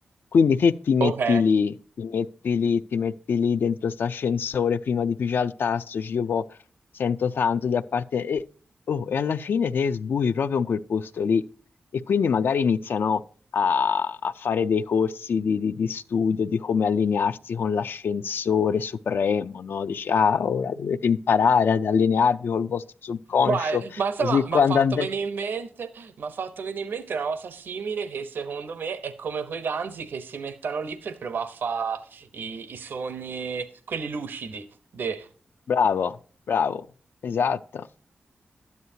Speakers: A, on the left; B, on the right.
A: Quindi te ti metti
B: ok.
A: lì, ti metti lì, ti metti lì dentro st'ascensore prima di pigiare il tasto, ci io vo- sento tanto di appartenere. E, oh, e alla fine te sbui proprio in quel posto lì. E quindi magari iniziano a, a fare dei corsi di, di- di studio di come allinearsi con l'ascensore supremo, no? Dici, ah, ora dovete imparare ad allinearvi col vostro subconscio,
B: Vai, ma insomma,
A: così
B: mi
A: quando
B: ha fatto
A: andrete...
B: venire in mente, mi ha fatto venire in mente una cosa simile che secondo me è come quei ganzi che si mettono lì per provare a fare i, i sogni, quelli lucidi. de-
A: Bravo, bravo, esatto.